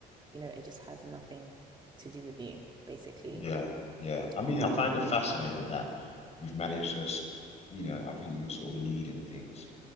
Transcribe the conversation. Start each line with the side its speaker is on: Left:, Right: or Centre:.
Right: you know, it just has nothing to do with you, basically.
Left: Yeah, yeah. I mean,
Right: But
Left: I find it fascinating that we've managed to, s- you know, I think you were sort of leading things